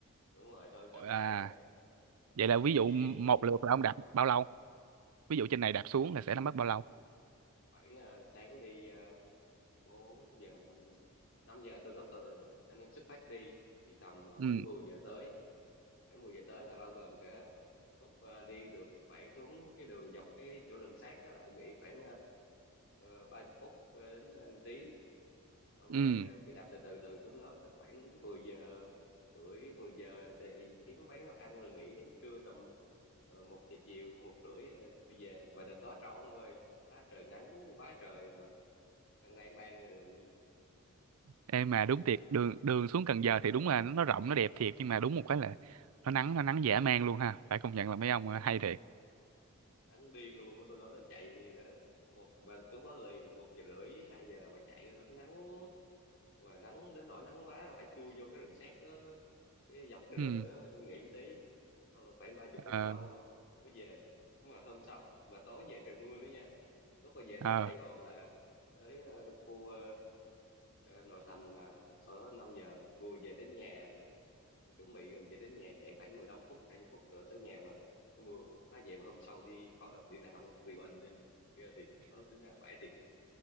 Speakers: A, on the left; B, on the right.
A: đúng rồi hơn trăm
B: à
A: cây á
B: vậy
A: mà
B: là ví dụ
A: chia
B: một lượt là ông đạp bao lâu ví dụ trên này đạp xuống là sẽ là mất bao lâu
A: khoảng ờ, sáng đi uh, 4 giờ năm giờ năm giờ tôi có từ anh em xuất phát đi thì tầm ờ,
B: ừ
A: khoảng 10 giờ tới khoảng 10 giờ tới là bao gồm cả lúc ờ, đi được khoảng xuống cái đường dọc cái chỗ rừng sát đó là nghỉ khoảng uh, 30 phút ờ, đến uh, tiếng xong rồi
B: ừ
A: ờ, cứ đạp từ từ từ xuống đó là khoảng 10 giờ rưỡi 10 giờ thì kiếm quán nào ăn rồi nghỉ đến trưa tầm ờ, một giờ chiều một rưỡi ờ, tôi về mà đợt đó trâu ông ơi quá trời nắng quá trời mà ban ban ban ngoài đường vậy đó
B: Ê mà đúng thiệt đường đường xuống Cần Giờ thì đúng là nó rộng nó đẹp thiệt nhưng mà đúng một cái là nó nắng nó nắng dã man luôn ha phải công nhận là mấy
A: đúng
B: ông
A: rồi
B: ờ, hay thiệt
A: nắng điên luôn á, tôi nói tôi chạy đó một và lúc đó lì một giờ rưỡi hai giờ mà chạy rồi đó nó nắng mà nắng đến nỗi nắng quá là phải chui vô cái rừng sát đó cái dọc cái rừng
B: ừ
A: đó nghỉ một tí xong là khoảng ba chục phút
B: ờ
A: sau mới về mà hôm sau mà tối về trời mưa nữa nha lúc mà về
B: ờ
A: tới Sài Gòn là tới ờ, khu ờ, ờ, nội thành là sau đó 5 giờ vừa về tới nhà chuẩn bị gần về tới nhà chạy khoảng 15 phút 20 phút nữa tới nhà mà nó mưa nó về mà hôm sau đi đi làm vẫn không bị bệnh ghê thiệt đó tính là khỏe thiệt